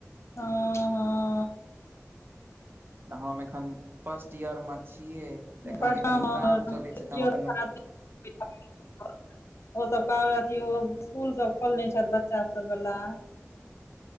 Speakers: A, on the left (about 60°); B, on the right (about 40°).
A: हँ हँ
B: त हम एखन फर्स्ट ईयरमे छियै तऽ एखन
A: पटनामे
B: एखन एग्जाम
A: <unintelligible>
B: चलै छै तऽ हम अपन
A: <unintelligible> ओसभ कह अथि इसकुल सब खोलने छथ बच्चा सब बला